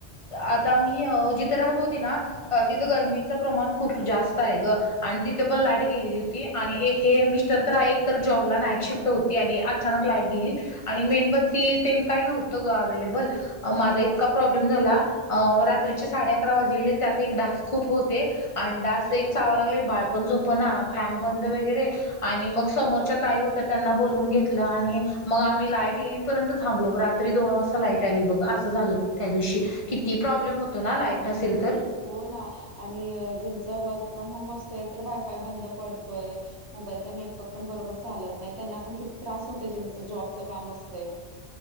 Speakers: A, on the left; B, on the right.
A: आता आम्ही जिथे राहत होती ना. अ तिथं गरमीचं प्रमाण खूप जास्त आहे ग. आणि तिथे पण लाईट गेलेली होती आणि हे मिस्टर तर एक तर जॉबला नाईट शिफ्ट हो आणि अचान लाईट गेली आणि मेणबत्ती काय नव्हतं ग अवेलेबल माझा
B: हो
A: इतका प्रॉब्लेम झाला रात्रीचे साडे अकरा वाजलेले त्यात एक डास खूप होते. आणि डास एक चावा लागले बाळ. पण झोप ना फॅन बंद वगैरे आणि मग समोरच्या ताई हो तर त्यांना बोलवून घेतलं आणि मग आम्ही लाईट येईपर्यंत थांबलो रात्री दोन वाजता लाईट आली बघ असं झालं. त्या दिवशी किती प्रॉब्लेम होतो ना लाईट नसेल तर.
B: हो ना आणि ज्यांचं वर्क फ्रॉम होम असतय तर वायफाय बंद पडतोय. मोबाईलचा नेटवर्क पण बरोबर चालत नाही त्यांना पण किती त्रास होत ज्यांचं जॉबचं काम असतं.